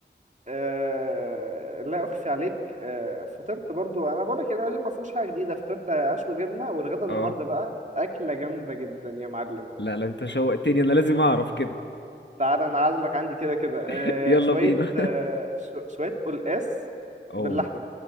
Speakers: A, on the right (about 40°); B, on the left (about 70°).
A: آه لا اخفي عليك آه فطرت برضو انا بقول لك اليوم ما فيهوش حاجه جديده فطرت عشوه جبنه والغدا النهارده
B: اه
A: بقى اكله جامده جدا يا معلم
B: لا لا انت شوقتني انا لازم اعرف كده
A: تعالى انا عازمك عندي كده كده آه
B: <laughs> يلا
A: شويه
B: بينا
A: آه شو- شويه قلقاس
B: <laughs> اوه
A: باللحمه